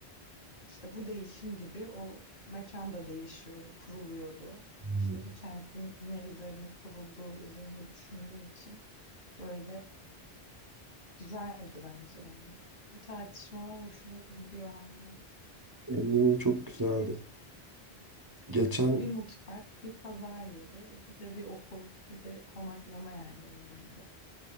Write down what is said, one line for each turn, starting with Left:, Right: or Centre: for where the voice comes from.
Left: İşte bu değişim gibi o mekan da değişiyordu, kuruluyordu.
Right: hı.
Left: İşte bir kentin ne üzerine kurulduğu üzerine düşündüğüm için böyle güzeldi bence yani. Bu tartışmalar hoşuma gidiyor hala.
Right: Eminim çok güzeldi.
Left: Ve işte
Right: Geçen
Left: bir mutfak, bir pazar yeri, bir de bir okul, bir de konaklama yerleri vardı.